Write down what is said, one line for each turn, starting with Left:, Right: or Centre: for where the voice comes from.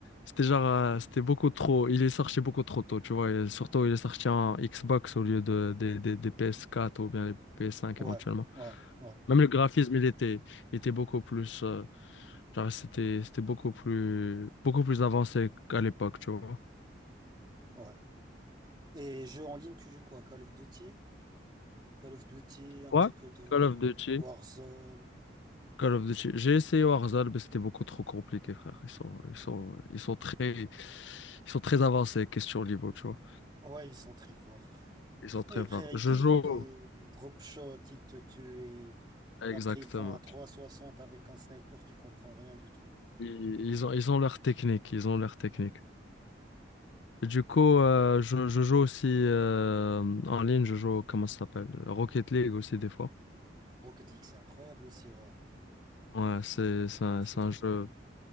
Left: c'était genre, euh, c'était beaucoup trop. Il est sorti beaucoup trop tôt, tu vois. et surtout, il est sorti en Xbox au lieu de, des, des, des PS4 ou bien les PS5
Right: Ouais,
Left: éventuellement.
Right: ouais, ouais,
Left: Même le graphisme, il était, il était beaucoup plus, euh, genre, c'était, c'était beaucoup plus, beaucoup plus avancé qu'à l'époque, tu vois.
Right: ouais. Et jeu en ligne, tu joues quoi? Call of Duty? Call of Duty, un
Left: Ouais.
Right: petit peu de
Left: Call of Duty.
Right: Warzone.
Left: Call of Duty. J'ai essayé Warzone, mais c'était beaucoup trop compliqué, frère. Ils sont, ils sont, ils sont très, ils sont très avancés, question niveau, tu vois.
Right: Ouais, ils sont très forts, frère.
Left: Ils sont très
Right: Et frère,
Left: forts.
Right: ils
Left: Je
Right: te
Left: joue,
Right: font des drop shots, ils te tuent et
Left: exactement.
Right: après ils font un trois soixante avec un sniper, tu comprends rien du tout.
Left: Ils, ils ont, ils ont leur technique, ils ont leur technique. Et du coup, euh, je, je joue aussi euh, en ligne, je joue, comment ça s'appelle? Rocket League aussi, des fois.
Right: Rocket League, c'est incroyable aussi, ouais.
Left: Ouais, c'est,
Right: Rocket
Left: c'est
Right: League,
Left: un,
Right: c'est
Left: c'est
Right: trop
Left: un jeu
Right: bien.